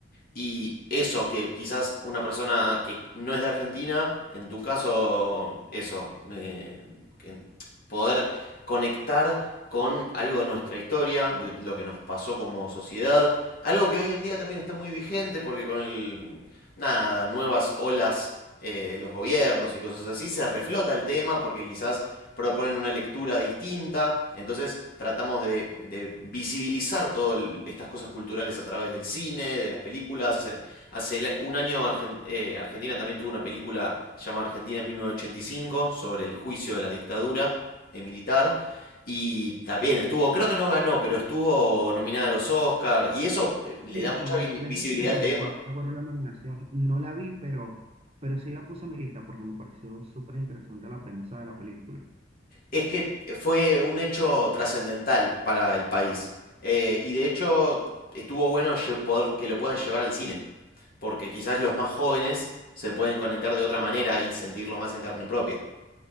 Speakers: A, on the left; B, on the right.
A: Y eso, que quizás una persona que no es de Argentina, en tu caso, eso, me- en- poder conectar con algo de nuestra historia, de lo que nos pasó como sociedad, algo que hoy en día también está muy vigente porque con el, nada, nuevas olas eh, de los gobiernos y cosas así, se reflota el tema porque quizás proponen una lectura distinta. Entonces tratamos de, de visibilizar todas estas cosas culturales a través del cine, de las películas. Hace, hace un año Argen- eh, Argentina también tuvo una película llamada Argentina mil novecientos ochenta y cinco sobre el juicio de la dictadura eh, militar. Y también estuvo, creo que no ganó, pero estuvo nominada a los Oscars. Y eso eh, le
B: Sí,
A: da
B: sí,
A: mucha
B: de, de
A: visibilidad
B: eso sí recuerdo,
A: al tema.
B: sí recuerdo la nominación. No la vi, pero, pero sí la puse en mi lista porque me pareció súper interesante la premisa de la película.
A: Es que fue un hecho trascendental para el país. Eh, y de hecho, estuvo bueno lle- poder que lo puedan llevar al cine. Porque quizás los más jóvenes se pueden conectar de otra manera y sentirlo más en carne propia.